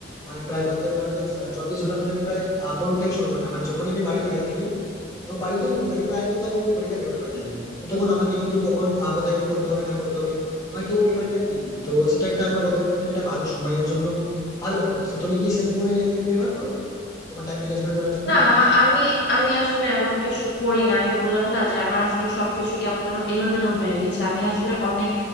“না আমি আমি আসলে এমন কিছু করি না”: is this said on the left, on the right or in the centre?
Left